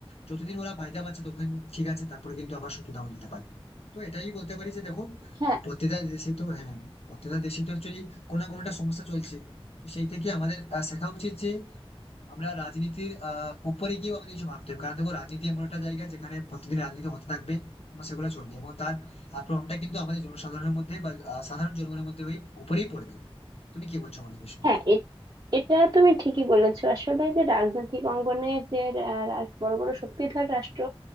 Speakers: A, on the left; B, on the right.
A: যতদিন ওরা ফায়দা পাচ্ছে ততদিন ঠিক আছে তারপরে কিন্তু আবার শত্রুতা হয়ে যেতে পারে তো এটাই বলতে পারি যে দেখো
B: হ্যাঁ
A: আহ, প্রত্যেকটা দেশে তো হ্যাঁ প্রত্যেকটা দেশে তো অ্যাকচুয়ালি কোনো না কোনোটা সমস্যা চলছে তো সেই থেকে আমাদের আহ, শেখা উচিত যে আমরা রাজনীতির আহ উপরে গিয়েও আমাদের কিছু ভাবতে হবে কারণ দেখো রাজনীতি এমন একটা জায়গা যেখানে প্রতিদিন রাজনীতি হতে থাকবে এবং সেগুলো চলবে এবং তার আহ, প্রভাবটা কিন্তু আমাদের জনসাধারণের মধ্যে বা আহ, সাধারণ জনগণের মধ্যে ওই উপরেই পড়বে তুমি কি বলছো মনে বিষয়ে
B: হ্যাঁ এ- এটা তুমি ঠিকই বলেছো আসলে যে রাজনৈতিক অঙ্গনে যে আহ, রা- বড় বড় শক্তিধর রাষ্ট্র